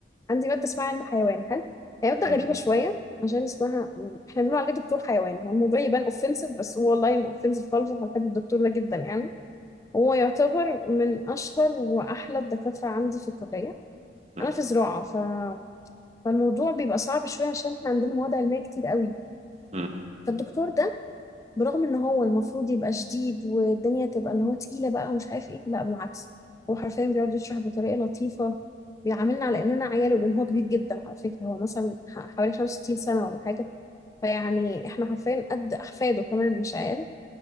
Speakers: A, on the left; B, on the right.
A: عندي مادة اسمها علم حيوان هل هي مادة
B: م-
A: غريبة شوية عشان اسمها يعني احنا بنقول عليه دكتور حيوان هو الموضوع يبان اوفنسيف بس هو والله ما اوفنسيف خالص احنا بنحب الدكتور ده جدا يعني هو يعتبر من أشهر وأحلى الدكاترة عندي في الكلية
B: م-
A: أنا في زراعة ف... فالموضوع بيبقى صعب شوية عشان إحنا عندنا مواد علمية كتير قوي
B: م.
A: فالدكتور ده برغم إن هو المفروض يبقى شديد والدنيا تبقى اللي هو تقيلة بقى ومش عارف إيه لا بالعكس هو حرفيا بيقعد يشرح بطريقة لطيفة بيعاملنا على إننا عياله لأن هو كبير جدا على فكرة هو مثلا ح- حوالي 65 سنة ولا حاجة فيعني إحنا حرفيا قد أحفاده كمان مش عياله